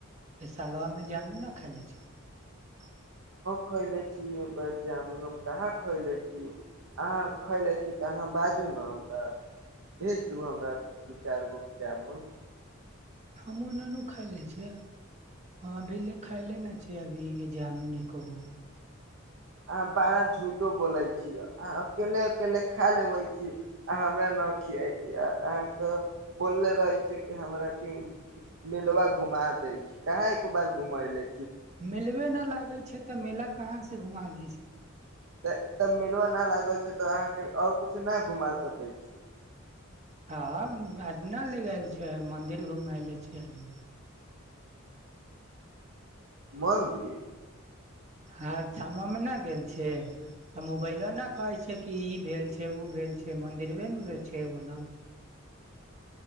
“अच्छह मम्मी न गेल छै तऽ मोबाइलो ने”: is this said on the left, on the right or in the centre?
Right